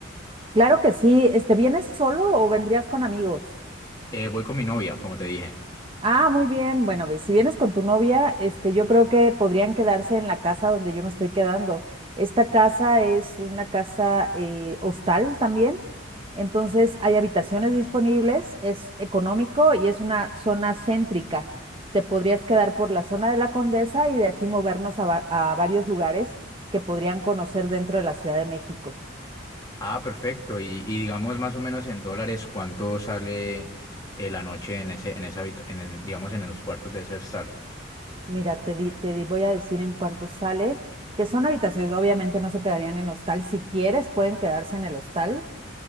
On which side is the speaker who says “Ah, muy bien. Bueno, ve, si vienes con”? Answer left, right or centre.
Right